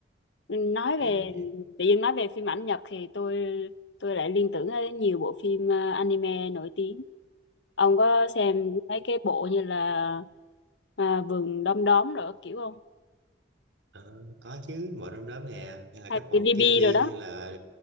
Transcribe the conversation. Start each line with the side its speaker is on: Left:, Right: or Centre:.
Left: nói
Right: ừ.
Left: về tự nhiên nói về phim ảnh Nhật thì tôi tôi lại liên tưởng đến nhiều bộ phim ờ, anime nổi tiếng ông có xem mấy cái bộ như là à, vườn đom đóm rồi kiểu không
Right: Ờ, có chứ mọi đom đóm nè hay là
Left: hay
Right: các bộ
Left: cái DB
Right: Ghibli
Left: rồi đó
Right: như là